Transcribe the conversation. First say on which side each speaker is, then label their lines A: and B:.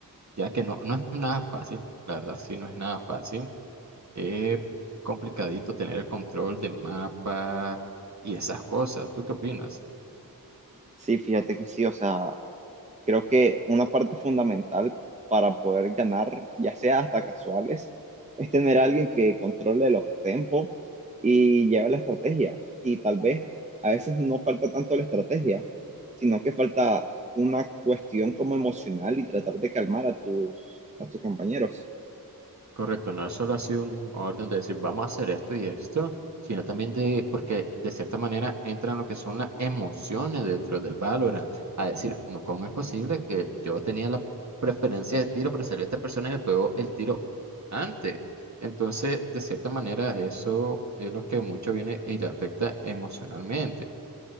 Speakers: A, on the right (about 50°); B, on the right (about 20°).
A: ya que no, no es nada fácil, la verdad, sí, no es nada fácil. Es complicadito tener el control de mapa y esas cosas. ¿Tú qué opinas?
B: Sí, fíjate que sí, o sea, creo que una parte fundamental para poder ganar, ya sea hasta casuales, es tener a alguien que controle los tempos y lleve la estrategia. Y tal vez a veces no falta tanto la estrategia, sino que falta una cuestión como emocional y tratar de calmar a tus, a tus compañeros.
A: Correcto, no es solo así un orden de decir vamos a hacer esto y esto, sino también de, porque de cierta manera entran lo que son las emociones dentro del Valorant, a decir, no, ¿cómo es posible que yo tenía la preferencia de tiro, pero salió esta persona y me pegó el tiro antes? Entonces, de cierta manera, eso es lo que mucho viene y le afecta emocionalmente